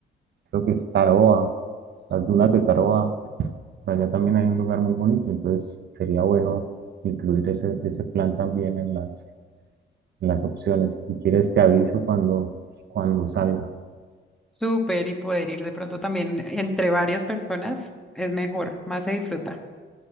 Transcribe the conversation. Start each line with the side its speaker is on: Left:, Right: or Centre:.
Right: creo que es Taroa, las dunas de Taroa. Por allá también hay un lugar muy bonito, entonces sería bueno incluir ese, ese plan también en las, en las opciones. Si quieres, te aviso cuando, cuando salga.
Centre: Súper y poder ir de pronto también entre varias personas es mejor, más se disfruta.